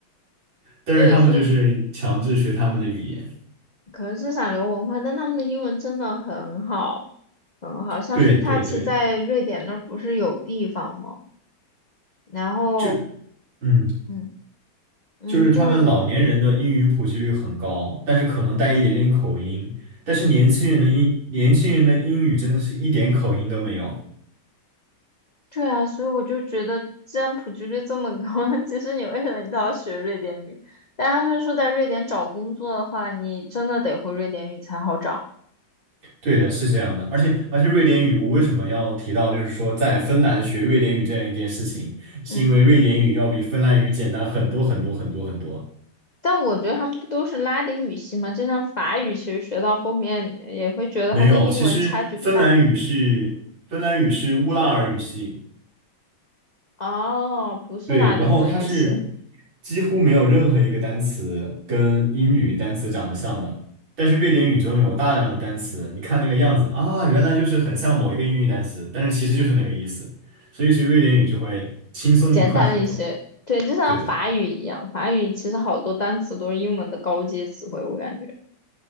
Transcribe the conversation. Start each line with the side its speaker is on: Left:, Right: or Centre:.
Right: 但是他们就是强制学他们的语言。
Left: 对，所以可能是想留文化，但他们的英文真的很好，很好。像
Right: 对对对，
Left: Hitachi 在瑞典那儿不是有地方吗？然后。
Right: 就。嗯。
Left: 嗯。嗯，
Right: 就是他们老年人的英语普及率很高，
Left: 就
Right: 但是可能带一点点口音，但是年轻人的英年轻人的英语真的是一点口音都没有。
Left: 对啊，所以我就觉得，既然普及率这么高，<laughs> 其实你为什么一定要学瑞典语？但他们说，在瑞典找工作的话，你真的得会瑞典语才好找。
Right: 对的，是这样的，而且而且瑞典语，我为什么要提到就是说在芬兰学瑞典语这样一件事情，是因为瑞典语要比芬兰语简单很多很多很多很多。
Left: 嗯，但我觉得他们不都是拉丁语系吗？就像法语，其实学到后面也会觉得它跟英文差距不大。
Right: 没有，其实芬兰语是芬兰语是乌拉尔语系。
Left: 哦，不是拉丁文语系，
Right: 对，然后它是几乎没有任何一个单词跟英语单词长得像的，但是瑞典语中有大量的单词，你看那个样子啊，原来就是很像某一个英语单词，但是其实就是那个意思，所以学瑞典语就会轻松愉快很多。
Left: 简单一些。对，就像法语一样，
Right: 对的，
Left: 法语其实好多单词都是英文的高阶词汇，我感觉。